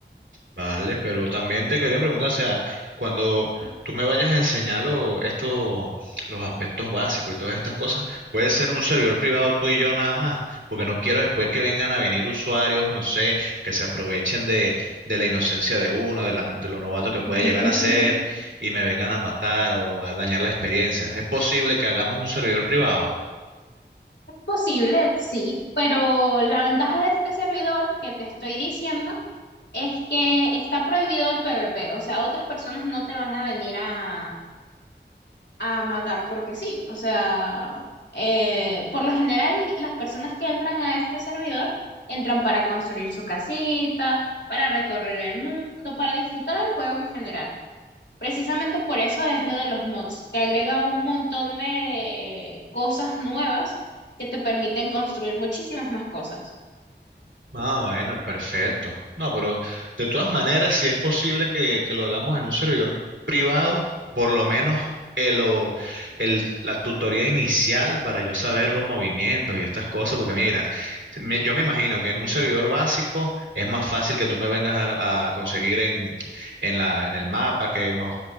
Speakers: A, on the right; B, on the left.
A: Vale, pero también te quería preguntar, o sea, cuando tú me vayas a enseñar lo- esto, los aspectos básicos y todas estas cosas, puede ser un servidor privado tú y yo nada más, porque no quiero después que vengan a venir usuarios, no sé, que se aprovechen de, de la inocencia de uno, de, la, de lo novato
B: <laughs>
A: que puede llegar a ser y me vengan a matar o a dañar la experiencia. ¿Es posible que hagamos un servidor privado?
B: Posible, sí, pero la ventaja de este servidor que te estoy diciendo es que está prohibido el PvP, o sea, otras personas no te van a venir a, a matar porque sí, o sea, eh, por lo general las personas que entran a este servidor entran para construir su casita, para recorrer el mundo, para disfrutar el juego en general. Precisamente por eso es lo de los mods. Te agrega un montón de cosas nuevas que te permiten construir muchísimas más cosas.
A: Ah, bueno, perfecto. No, pero de todas maneras, si es posible que, que lo hagamos en un servidor privado, por lo menos el, o- el- la tutoría inicial para yo saber los movimientos y estas cosas, porque mira, me- yo me imagino que en un servidor básico es más fácil que tú me vengas a, a conseguir en, en la, en el mapa, que nos,